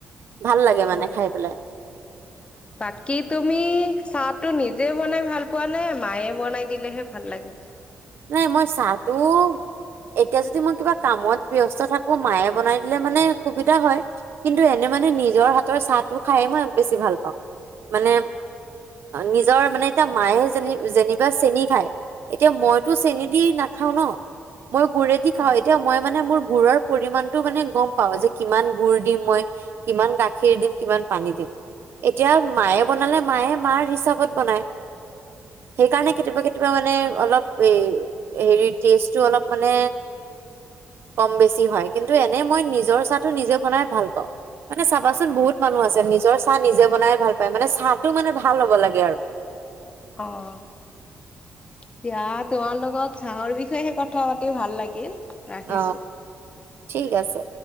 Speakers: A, on the right; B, on the left.
A: ভাল লাগে মানে
B: অ
A: খাই পেলাই
B: বাকী তুমি চাহ টো নিজে বনাই ভাল পোৱা নে মায়ে বনাই দিলেহে ভাল লাগে
A: নাই মই চাহটো এতিয়া যদি মই কিবা কামত ব্যস্ত থাকো মায়ে বনাই দিলে মানে সুবিধা হয় কিন্তু এনে মানে নিজৰ হাতৰ চাহটো খাই মই বেছি ভাল পাওঁ মানে নিজৰ মানে এতিয়া মায়ে যে যেনিবা চেনি খায় এতিয়া মই তো চেনি দি নাখাও ন মই গুৰেদি খাওঁ
B: অ
A: এতিয়া মই মানে মোৰ গুড়ৰ পৰিমানণটো মানে গম পাও যে কিমান গুড় দিম মই কিমান গাখীৰ দিম কিমান পানী দিম এতিয়া মায়ে বনালে মায়ে মাৰ হিচাপত বনায় সেইকাৰণে কেতিয়াবা কেতিয়াবা মানে অলপ এই হেৰিৰ টেষ্টটো অলপ মানে কম বেছি হয় কিন্তু এনে মই নিজৰ চাহটো নিজে বনাই ভাল পাওঁ মানে চাবাচোন বহুত মানুহ আছে নিজৰ চাহ নিজে বনাই ভাল পায় মানে চাহটো মানে ভাল হ'ব লাগে আৰু
B: অ এতিয়া তোমাৰ লগত চাহৰ বিষয়েহে কথা পাতি ভাল লাগিল ৰাখিছো
A: অ ঠিক আছে‌